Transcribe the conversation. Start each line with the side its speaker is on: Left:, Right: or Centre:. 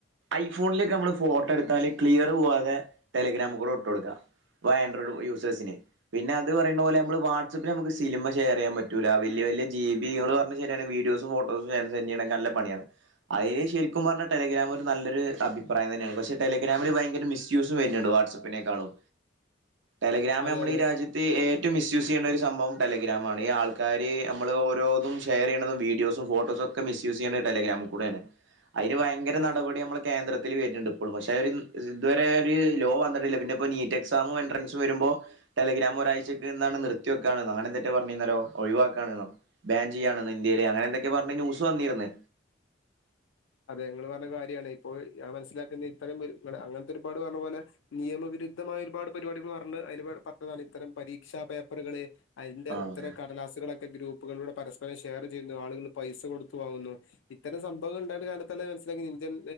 Right: ഐഫോണിലൊക്കെ നമ്മൾ ഫോട്ടോഎടു ക്ലിയർ പോവാതെ ടെലിഗ്രാം കൂടെ ഇട്ട് കൊടുക്കാം വാ ആൻഡ്രോയ്ഡ് യൂസേഴ്സിന് പിന്നെ അത് പറയുന്ന പോലെ നമ്മൾ വാട്സപ്പിൽ നമുക്ക് സിനിമ ഷെയർ ചെയ്യാൻ പറ്റൂല്ല വലൃ വല്ല്യ ജി ബി പറഞ്ഞ ശരിയാണ് വീഡിയോസും ഫോട്ടോ സെന്റയാൻ നല്ല പണിയാണ് അതിന് ശെരിക്കും പറഞ്ഞ ടെലഗ്രാം ഒരു നല്ലൊരു അഭിപ്രായം തന്നെയാണ് പക്ഷെ ടെലി ടെലില്രാമിൽ ഭയങ്കര മിസ്യൂസും വരുന്നുണ്ട് വാട്സആപ്പിനെക്കാളും ടെലഗ്രാം
Left: അതെ
Right: നമ്മള
Left: അതെ
Right: ഈ രാജ്യത്ത്ഏറ്റ ഏറ്റവുമിസ്യൂസ് ചെയ്ണത്ഒരു സംഭവം ടെലിഗ്രാംആണ്. ഈ ആൾക്കാര് നമ്മളോരോന്നും ഷെയർ ചെയ്യുന്നതുംവീഡിയോസും ഫോട്ടോസും ഇപ്പൊക്കെ മിസ്യൂസ് ചെയ്യണ് ടെലഗ്രാമിക്കൂടെന് അയിനു ഭയങ്കര
Left: അതെ
Right: നടപടി നമ്മളെ കേന്ദ്ര തിലവരുന്നുണ്ട് ഇപ്പോഴും പക്ഷെ ഇതുവരെ ഒരു ലോ വന്നിട്ടില്ല പിന്നെ ഇ നീറ്റ് എക്സാമും എൻട്രൻസും വരുമ്പോ ടെലിഗ്രാം ഒഴാഴ്ച്ചേക്ക് എന്താണ് നിർത്തിവെക്കാണന്നൊ അങ്ങനെന്തക്ക പറഞ്ഞീര്ന്നല്ലോ ഒഴിവാക്കാണന്നൊ ബാൻ ചെയ്യാണന്ന് ഈയിടെ അങ്ങനെന്തൊക്കെ പറഞ്ഞ ന്യൂസ് വന്നിരുന്ന്
Left: അതെ നിങ്ങള് പറഞ്ഞ കാര്യമാണ് ഇപ്പോൾ ഞാൻ മനസ്സിലാക്കുന്ന ഇത്തരം അങ്ങനത്തെ ഒരുപാട് പറഞ്ഞ പോലെ നിയമവി- വ്യക്തമായ ഒരുപാട് പരിപാടികൾ പറഞ്ഞ അതി പറ്റതാണ് ഇത്തരം പരീക്ഷ പേപ്പറുകള് അതിന്റെ
Right: ആഹ്
Left: ഉത്തര കടലാസുകളക്കെ ഗ്രൂപ്പുകളിലൂടെ പരസ്പരം ഷെയർ ചെയ്യുന്നു ആളുകൾ പൈസ കൊടുത്തു വാങ്ങുന്നു ഇത്തരം സംഭവങ്ങൾ കാലന്നെ മനസ്സിലാക്കി ഇന്ത്യൻ